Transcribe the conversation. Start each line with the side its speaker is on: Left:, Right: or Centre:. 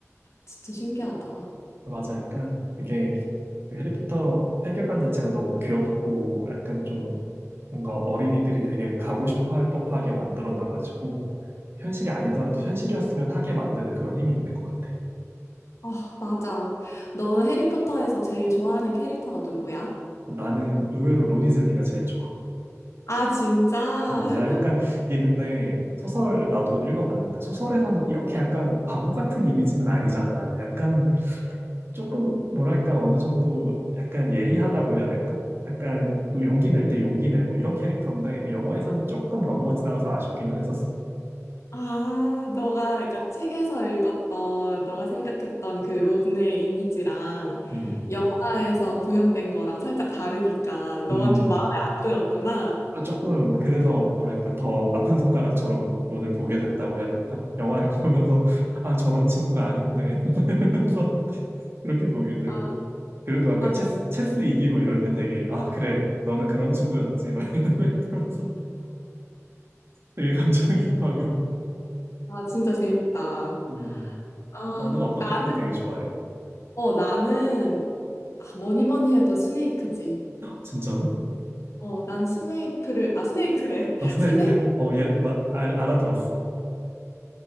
Left: 진짜 신기하다.
Right: 맞아, 약간 되게 그 해리포터 세계관 자체가 너무 귀엽고 약간 좀 뭔가 어린이들이 되게 가고 싶어 할 법하게 만들어 놔가지고 현실이 아니더라도 현실이었으면 하게 만드는 그런 힘이 있는 것 같아.
Left: 아, 맞아. 너 해리포터에서 제일 좋아하는 캐릭터가 누구야?
Right: 어, 나는 의외로 로니즐리가 제일 좋아.
Left: 아, 진짜?
Right: 어,
Left: <laughs>
Right: 나 약간 이게 근데 소설 나도 읽어봤는데 소설에서는 이렇게 약간 바보 같은 이미지는 아니잖아. 약간 조금 뭐랄까 어느 정도 약간 예리하다고 해야 될까? 약간 또 용기 낼 때 용기 내고 이런 캐릭터인데 영화에서는 조금 바보 같이 나와서 아쉽기는 했었어.
Left: 아, 너가 그러니까 책에서 읽었던, 너가 생각했던 그 론의 이미지랑
Right: 음,
Left: 영화에서 구현된 거랑 살짝 다르니까 너가
Right: 음.
Left: 좀 마음에 안 들었구나.
Right: 아, 조금, 그래서, 뭐랄까, 더 아픈 손가락처럼 론을 보게 됐다고 해야 될까? 영화를 <laughs> 보면서, 아, 저런 친구가 아닌데, <laughs> 이러면서 그렇게 보게 되고.
Left: 아,
Right: 그래도 아까
Left: 맞아.
Right: 체스, 체스 이기고 이럴 때 되게, 아, 그래, 너는 그런 친구였지, 막 이러면서 되게 감정이입하고.
Left: 아, 진짜 재밌다.
Right: 음.
Left: 아,
Right: 너는 어떤
Left: 나는,
Right: 캐릭터 되게 좋아해?
Left: 어, 나는, 아, 뭐니 뭐니 해도 스네이크지.
Right: 진짜로?
Left: 어, 난 스네이프를, 아, 스네이크래. <laughs>
Right: 아, 스네이프?
Left: 스네이,
Right: 어, 옛, 맛, 알, 알아들었어.